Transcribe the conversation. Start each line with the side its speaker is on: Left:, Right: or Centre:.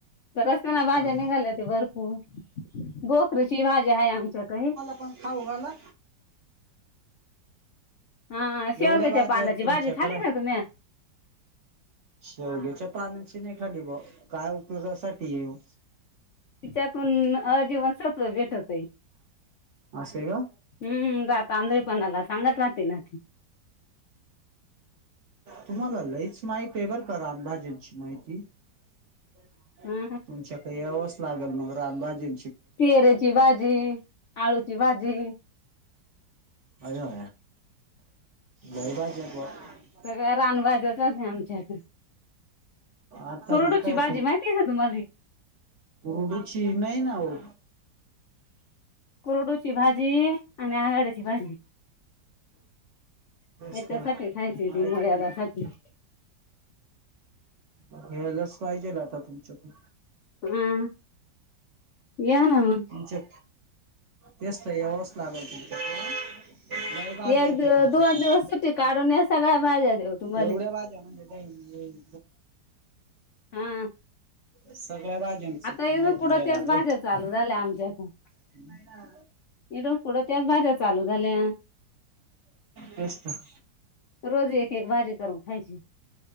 Left: तर रस्त्यानं भाज्या
Right: हा
Left: निघाल्याती भरपूर गोखरीची भाजी हायआमच्याकहे.
Right: पंण खाऊघाला
Left: हा शेवग्याच्या
Right: एवढ्या भाज्या
Left: पानाची
Right: येत तुमच्याकड?
Left: भाजी खाली ना तुम्ही
Right: शेवग्याच्या पानांची नाही खाली बुवा काय उपयोगासाठी येओ?
Left: तिच्यातून अ जीवन सत्व भेटतयं.
Right: असे का
Left: हुं राात आंधळे पणाला सांगत राहते ना ती
Right: तुम्हाला लईच माहितयें बर का रानभाजेंची माहिती. <inaudible>
Left: आहां
Right: तुमच्याकहे यावच लागेल मग रानभाजी
Left: टीहरेची भाजी, आळूची भाजी
Right: अयो, लई बाज पो <unintelligible>
Left: सगळ्या रानभाज्याच, होत्या आमच्याकं.
Right: आता
Left: कोरडोची
Right: मग काय
Left: भाजी, माहिती का, तुम्हाला ही?
Right: कूरुडुची नही ना, ओ.
Left: कुर्डूची भाजी आणि आगाड्याची भाजी
Right: तेच
Left: याच्यासाठी
Right: तर
Left: खायची,
Right: माहित
Left: ती मूळव्यादासाठी.
Right: नाही ना
Left: हम्.
Right: घ्यायलाच पाहिजेल, आता तुमच्याकुण.
Left: हम. या ना म.
Right: तुमच्या, तेचत यावच लागल तुमच्याकुण, लाईट भाज्यात
Left: एक दिव
Right: तुमच्याक,
Left: दोन दिवस सुट्टी काढून या सगळ्या भाज्या देऊ तुम्हाला
Right: एवढ्या भाज्या, म्हणजे
Left: हा
Right: <unintelligible> सगळ्या भा ज्यांचं,
Left: आता इथून
Right: माहिती
Left: पुढं
Right: घ्याय
Left: त्याच
Right: लागल.
Left: भाज्या चालू झालं, आमच्याकून
Right: ते महिला
Left: इडून पुढं, त्याच भाज्या चालू झाल्या.
Right: तेच त.
Left: रोज, एक-एक भाजी करून खायची,